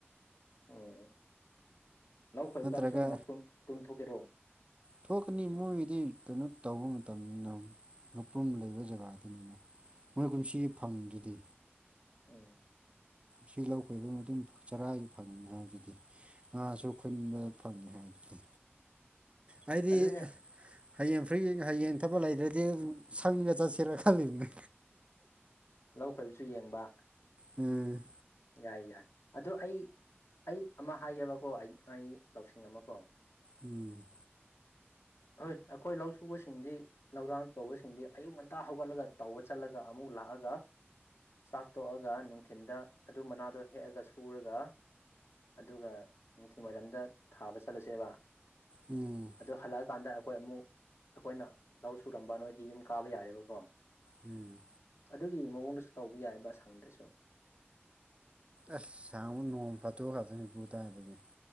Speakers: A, on the left; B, on the right.
A: ꯎꯝ ꯂꯧ ꯈꯣꯏꯕ
B: ꯅꯠꯇ꯭ꯔꯒ
A: ꯀꯥꯟꯗꯁꯨ ꯉꯥꯄ꯭ꯔꯨꯝ ꯉꯥꯄ꯭ꯔꯨꯝ ꯊꯣꯛꯀꯦꯔꯣ
B: ꯊꯣꯛꯀꯅꯤ ꯃꯣꯏꯗꯤ ꯀꯩꯅꯣ ꯇꯧꯕ ꯃꯇꯝꯅꯤꯅ ꯉꯥꯄ꯭ꯔꯨꯝ ꯂꯩꯕ ꯖꯒꯥꯗꯨꯅꯤꯅ ꯃꯣꯏ ꯀꯨꯝꯁꯤ ꯐꯪꯗꯨꯗꯤ
A: ꯎꯝ
B: ꯁꯤ ꯂꯧ ꯈꯣꯏꯕ ꯃꯇꯨꯡ ꯆꯔꯥꯒꯤ ꯐꯪꯉꯤꯅꯤ ꯍꯥꯏꯗꯨꯗꯤ ꯉꯥꯁꯨ ꯈꯨꯟꯕ ꯐꯪꯉꯦ ꯍꯥꯏꯕꯗꯨꯗꯤ ꯍꯥꯏꯗꯤ
A: ꯑꯗꯨꯅꯦ
B: ꯍꯌꯦꯡ ꯐ꯭ꯔꯤ ꯍꯌꯦꯡ ꯊꯕꯛ ꯂꯩꯇ꯭ꯔꯗꯤ ꯁꯪꯗ ꯆꯠꯁꯤꯔ ꯈꯜꯂꯤꯕꯅꯤ
A: ꯂꯧ ꯈꯣꯏꯕꯁꯨ ꯌꯦꯡꯕ
B: ꯎꯝ
A: ꯌꯥꯏ ꯌꯥꯏ ꯑꯗꯨ ꯑꯩ ꯑꯩ ꯑꯃ ꯍꯥꯏꯒꯦꯕꯀꯣ ꯑꯩ ꯑꯩ ꯂꯧꯁꯤꯡ ꯑꯃ ꯀꯣ
B: ꯎꯝ
A: ꯍꯣꯏ ꯑꯩꯈꯣꯏ ꯂꯧ ꯁꯨꯕꯁꯤꯡꯗꯤ ꯂꯧꯔꯥꯡ ꯇꯧꯕꯁꯤꯡꯗꯤ ꯑꯌꯨꯛ ꯉꯟꯇꯥ ꯍꯧꯒꯠꯂꯒ ꯇꯧꯕ ꯆꯠꯂꯒ ꯑꯃꯨꯛ ꯂꯥꯛꯑꯒ ꯆꯥꯛ ꯇꯣꯛꯑꯒ ꯅꯨꯡꯊꯤꯟꯗ ꯑꯗꯨ ꯃꯅꯥꯗꯣ ꯍꯦꯛꯑꯒ ꯁꯨꯔꯒ ꯑꯗꯨꯒ ꯅꯨꯡꯊꯤꯜꯋꯥꯏꯔꯝꯗ ꯊꯥꯕ ꯆꯠꯂꯁꯦꯕ
B: ꯎꯝ
A: ꯑꯗꯨ ꯍꯜꯂꯛꯑꯀꯥꯟꯗ ꯑꯩꯈꯣꯏ ꯑꯃꯨꯛ ꯑꯩꯈꯣꯏꯅ ꯂꯧ ꯁꯨꯔꯝꯕ ꯅꯣꯏꯗꯤ ꯌꯨꯝ ꯀꯥꯕ ꯌꯥꯔꯦꯕꯀꯣ
B: ꯎꯝ
A: ꯑꯗꯨꯒꯤ ꯃꯑꯣꯡꯗꯨꯁꯨ ꯇꯧꯕ ꯌꯥꯏꯑꯦꯕ ꯁꯪꯗꯁꯨ
B: ꯑꯁ <unintelligible> ꯅꯣꯡꯃ ꯐꯇꯣꯛ ꯈꯥꯛꯇꯅꯤ ꯄꯨꯡ ꯇꯥꯗꯒꯤ